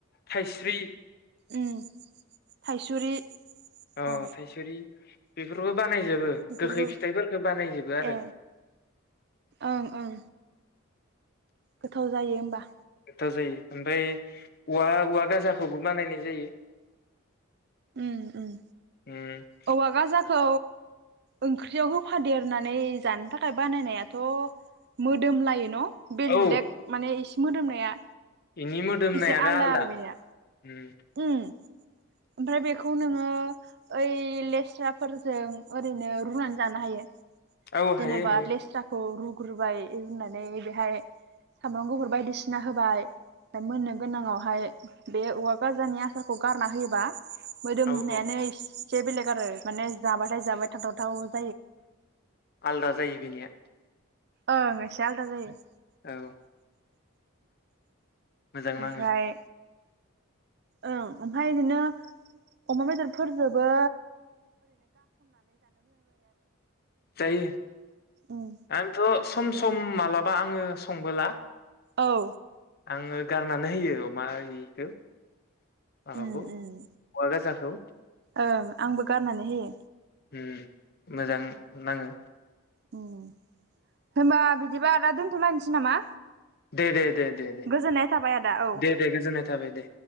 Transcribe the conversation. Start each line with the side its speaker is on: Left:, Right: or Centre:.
Left: थाइस्रि
Right: ओम थाइसुरि।
Left: अह
Right: औ
Left: थाइसुरि। बेफोरबो बानायजोबो
Right: बेफोरखौ
Left: गोखै फिथाइफोरखो बानायजोबो आरो।
Right: ए ओं ओं गोथाव जायो होमबा?
Left: गोथाव जायो ओमफाय औवा औवा गाजाखौबो बानायनाय जायो।
Right: उम उम।
Left: उम
Right: औवा गाजा खौ ओंख्रियाव होफादेरनानै जानो थाखाय बानायनायाथ' मोदोम लायो न'? बेल्लेग
Left: औ
Right: माने इस मोदोमनाया।
Left: इनि मोदोमनायानो
Right: एसे
Left: आलदा
Right: आरो बेनिया
Left: उम।
Right: उम। ओमफ्राय बेखौ नोङो ओइ लेस्राफोरजों ओरैनो रुनानै जानो हायो।
Left: औ हायो
Right: जेनबा
Left: हायो
Right: लेस्राखौ रु रुबाय रुनानै बेहाय सामब्राम गुफुर बायदिसिना होबाय उमफाय मोननो गोनाङावहाय बे औवा गाजानि आसारखौ गारना होयो बा मोदोम
Left: औ
Right: नायानो
Left: औ
Right: इ से बेलेग आरो माने जाबाथाय जाबाय थाथाव थाव
Left: आलदा जायो बेनिया।
Right: ओं इसे आलदा जायो।
Left: औ मोजां
Right: ओमफ्राय
Left: नाङो
Right: ओं ओमफाय इदिनो रुनायजों
Left: जायो
Right: उम
Left: आंथ' सम सम मालाबा आङो संबोला
Right: औ
Left: आङो गारनानै होयो मा इखो माबाखौ
Right: उम
Left: औवा
Right: उम
Left: गाजाखौ
Right: ओं आंबो गारनानै होयो
Left: उम मोजां नाङो
Right: उम होनबा बिदिबा आदा दोन्थ लाायसै नामा
Left: दे दे दे दे दे
Right: गोजोननाय थाबाय आदा औ
Left: दे दे गोजोननाय थाबाय दे